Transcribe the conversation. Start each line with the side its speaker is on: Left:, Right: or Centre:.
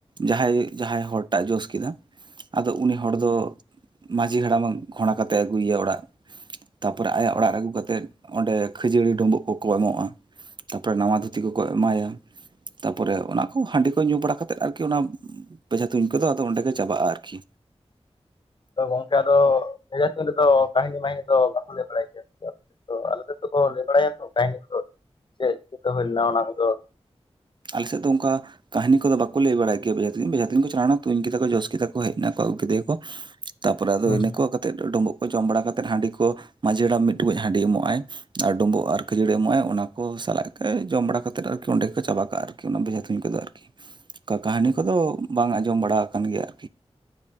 Right: ᱡᱟᱦᱟᱸᱭ ᱡᱟᱦᱟᱸᱭ ᱦᱚᱲᱴᱟᱜ ᱮ ᱡᱚᱥ ᱠᱮᱫᱟ ᱟᱫᱚ ᱩᱱᱤ ᱦᱚᱲ ᱫᱚ ᱢᱟᱹᱡᱷᱤ ᱦᱟᱲᱟᱢ ᱮ ᱜᱷᱚᱲᱟ ᱠᱟᱛᱮ ᱟᱹᱜᱩᱭᱮᱭᱟ ᱚᱲᱟᱜ ᱛᱟᱨᱯᱚᱨᱮ ᱟᱭᱟᱜ ᱚᱲᱟᱜ ᱨᱮ ᱟᱹᱜᱩ ᱠᱟᱛᱮᱫ ᱚᱸᱰᱮ ᱠᱷᱟᱹᱡᱟᱹᱲᱤ ᱰᱩᱸᱵᱩᱜ ᱠᱚᱠᱚ ᱮᱢᱚᱜ-ᱟ ᱛᱟᱨᱯᱚᱨᱮ ᱫᱷᱩᱛᱤ ᱠᱚ ᱠᱚ ᱮᱢᱟᱭᱟ ᱛᱟᱨᱯᱚᱨᱮ ᱚᱱᱟ ᱠᱚ ᱦᱟᱺᱰᱤ ᱠᱚᱠᱚ ᱧᱩ ᱵᱟᱲᱟ ᱠᱟᱛᱮᱫ ᱟᱨᱠᱤ ᱚᱱᱟ ᱵᱮᱡᱷᱟ ᱛᱩᱧ ᱠᱚᱫᱚ ᱟᱫᱚ ᱚᱸᱰᱮ ᱜᱮ ᱪᱟᱵᱟᱜ-ᱟ ᱟᱨᱠᱤ
Left: ᱛᱚ ᱜᱚᱝᱠᱮ ᱟᱫᱚ ᱵᱮᱡᱷᱟ ᱛᱩᱧ ᱨᱮᱫᱚ ᱠᱟᱹᱦᱤᱱᱤ ᱢᱟᱦᱤᱱᱤ ᱛᱚ ᱵᱟᱠᱚ ᱞᱟᱹᱭ ᱵᱟᱲᱟᱭᱟ ᱛᱚ ᱛᱚ ᱟᱞᱮ ᱥᱮᱫ ᱫᱚᱠᱚ ᱞᱟᱹᱭ ᱵᱟᱲᱟᱭᱟ ᱛᱚ ᱠᱟᱹᱦᱱᱤ ᱠᱚ ᱪᱮᱫ ᱪᱮᱫᱠᱟ ᱦᱩᱭ ᱞᱮᱱᱟ ᱚᱱᱟ ᱠᱚᱫᱚ
Right: ᱟᱞᱮᱥᱮᱫ ᱫᱚ ᱚᱱᱠᱟ ᱠᱟᱹᱦᱱᱤ ᱠᱚᱫᱚ ᱵᱟᱠᱚ ᱞᱟᱹᱭ ᱵᱟᱲᱟᱭ ᱜᱮᱭᱟ ᱵᱮᱡᱷᱟ ᱛᱩᱧ, ᱵᱮᱡᱷᱟ ᱛᱩᱧ ᱠᱚ ᱪᱟᱞᱟᱣᱱᱟ ᱛᱩᱧ ᱠᱮᱫᱟ ᱠᱚ ᱡᱚᱥ ᱠᱮᱫᱟ ᱠᱚ ᱦᱮᱡ ᱱᱟᱠᱚ ᱟᱜᱩ ᱠᱮᱫᱮᱭᱟᱠᱚ ᱛᱟᱯᱚᱨᱮ ᱟᱫᱚ
Left: ᱦᱮᱸ
Right: ᱦᱩᱭᱱᱟ ᱠᱚ ᱰᱩᱢᱵᱩᱜ ᱠᱚ ᱡᱚᱢ ᱵᱟᱲᱟ ᱠᱟᱛᱮᱫ ᱦᱟᱺᱰᱤ ᱠᱚ ᱢᱟᱺᱡᱷᱤ ᱦᱟᱲᱟᱢ ᱢᱤᱫ ᱴᱩᱠᱩᱡ ᱦᱟᱺᱰᱤ ᱮᱢᱚᱜ-ᱟᱭ ᱟᱨ ᱰᱳᱸᱵᱩᱜ ᱟᱨ ᱠᱷᱟᱹᱡᱟᱹᱲᱤ ᱮᱢᱚᱜ-ᱟᱭ ᱚᱱᱟ ᱠᱚᱢ ᱥᱟᱞᱟᱜ ᱜᱮ ᱡᱚᱢ ᱵᱟᱲᱟ ᱠᱟᱛᱮᱫ, ᱟᱨᱠᱤ ᱚᱸᱰᱮᱠᱚ, ᱪᱟᱵᱟ ᱠᱟᱜᱼᱟ ᱟᱨᱠᱤ ᱚᱱᱟ ᱫᱚ ᱵᱡᱷᱟ ᱛᱩᱧ ᱠᱚᱫᱚ ᱟᱨᱠᱤ ᱾ ᱚᱱᱠᱟ ᱠᱟᱹᱦᱱᱤ ᱠᱚᱫᱚ ᱵᱟᱝ ᱟᱸᱡᱚᱢ ᱵᱟᱲᱟ ᱟᱠᱟᱱ ᱜᱮᱭᱟ